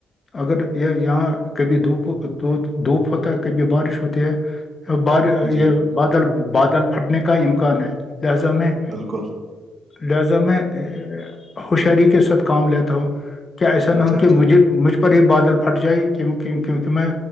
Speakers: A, on the left; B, on the right.
A: اگر یہ یہاں کبھی دو دو پ کبھی بارش ہوتی ہے بار یہ
B: جی
A: بادل بادل پھٹنے کا امکان ہے لہذا میں
B: بالکل
A: لہذا میں ہوشیاری کے ساتھ کام لیتا ہوں کیا ایسا نہ
B: اچھا
A: ہو کہ
B: اچھا اچھا
A: مجھے مجھ پر یہ بادل پھٹ جائے کی کیونکہ میں